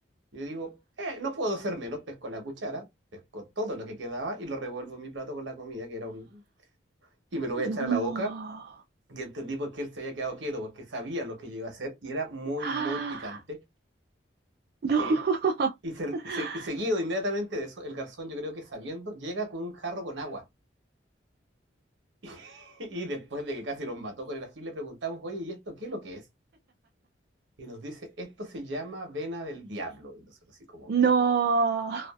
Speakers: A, on the right (about 75°); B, on the right (about 55°).
A: Yo digo, "Eh, no puedo ser menos, pesco la cuchara, pesco todo lo que quedaba y lo revuelvo en mi plato con la comida, que era un... Y me lo voy
B: No.
A: a echar a la boca Y entendí por qué él se había quedado quieto, porque sabía lo que yo iba a hacer y era muy,
B: Ah,
A: muy picante.
B: No.
A: Eh,
B: <laughs>
A: y, se- y se- y seguido inmediatamente de eso, el garzón, yo creo que sabiendo, llega con un jarro con agua. <laughs> Y después de que casi nos mató con el ají, le preguntamos, oye, ¿y esto qué es lo que es? Y nos dice, esto se llama vena del diablo. Y nosotros así como,
B: No.
A: ¿qué?